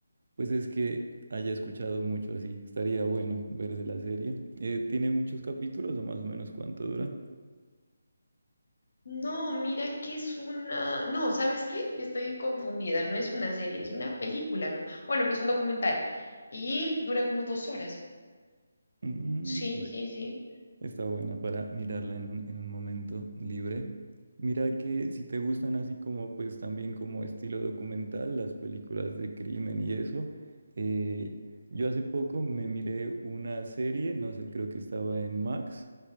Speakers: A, on the right; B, on the left.
A: pues es que haya escuchado mucho así, estaría bueno verse la serie. Eh, ¿tiene muchos capítulos o más o menos cuánto dura?
B: No, mira que es una... No, ¿sabes qué? Estoy confundida. No es una serie, es una película, ¿no? Bueno, pues un documental. Y dura como dos horas.
A: Mm,
B: Sí, sí, sí.
A: Está buena para mirarla en un, en un momento libre. Mira que si te gustan así como pues también como estilo documental, las películas de crimen y eso, eh, yo hace poco me miré una serie, no sé, creo que estaba en Max